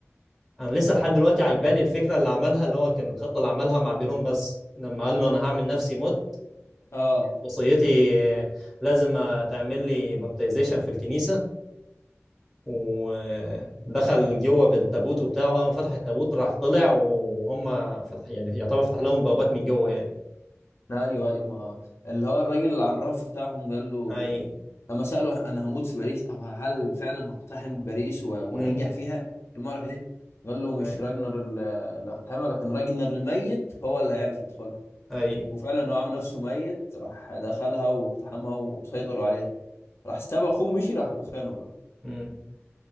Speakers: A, in the centre; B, on the left.
A: انا لسه لحد دلوقتي عجباني الفكره اللي عملها اللي هو كان الخطه اللي عملها مع بيرون بس لما قال له انا هعمل نفسي مت
B: اه
A: ووصيتي لازم تعمل لي بابتيزيشن في الكنيسه ودخل جوه بالتابوت وبتاعه اول ما فتح التابوت راح طلع وهم فتح يعني يعتبر فتح لهم بوابات من جوه يعني
B: ايوه ايوه ما اللي هو الراجل العراف بتاعهم قال له
A: اي
B: آه، لما سأله انا هموت في باريس او هل فعلا هقتحم باريس و- وهنجح
A: امم
B: فيها في المعركه دي قال له مش
A: اي
B: راجنر ال- اللي هقتحمها لكن راجنر الميت هو اللي هيعرف يدخلها
A: اي
B: وفعلا هو عامل نفسه ميت راح دخلها واقتحمها وسيطروا عليها راح ساب اخوه مشي راح اخوه خانه بقى
A: امم